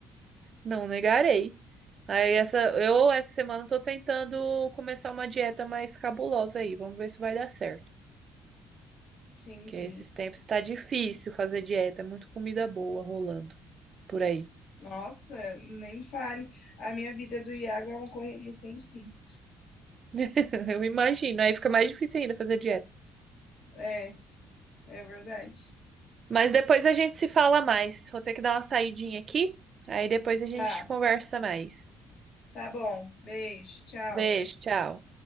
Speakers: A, on the right (about 45°); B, on the left (about 70°).
A: Não negarei. Aí essa, eu essa semana tô tentando começar uma dieta mais cabulosa aí. Vamos ver se vai dar certo.
B: Entendi.
A: Porque esses tempos tá difícil fazer dieta, é muito comida boa rolando por aí.
B: Nossa, nem me fale. A minha vida do Iago é uma correria sem fim.
A: <laughs> Eu imagino. Aí fica mais difícil ainda fazer dieta.
B: É, é verdade.
A: Mas depois a gente se fala mais. Vou ter que dar uma saidinha aqui. Aí depois a gente
B: Tá,
A: conversa mais.
B: tá bom. Beijo, tchau.
A: Beijo, tchau.